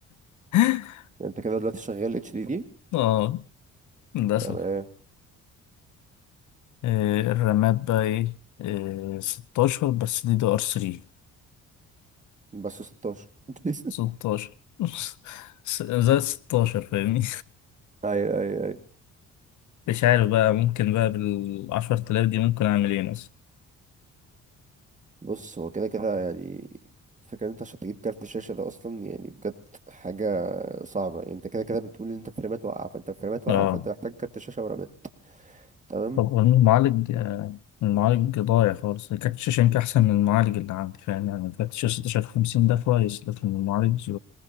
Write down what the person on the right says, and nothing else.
يعني انت كده دلوقتي شغال اتش دي دي
تمام
بس 16 <laughs>
ايوه ايوه ايوه
بص هو كده كده يعني الفكرة ان انت عشان تجيب كارت شاشة ده اصلا يعني بجد حاجة صعبة يعني انت كده كده بتقول ان انت فريمات واقعة فانت فريمات
واقعة فانت محتاج كارت شاشة ورامات تمام